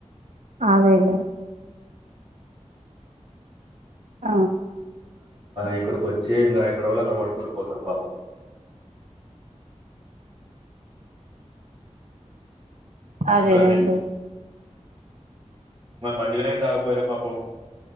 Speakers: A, on the right; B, on the right.
A: అవేలే ఆ
B: ఇక్కడికి వచ్చి ఇంకా ఎక్కడ వాళ్ళ అక్కడ పడుకుంట పోతారు పాపం
A: అదేరెండి
B: ఇంకండి మరి మజ్జిగ నీళ్లు తాగబోయిండ్రు పాపం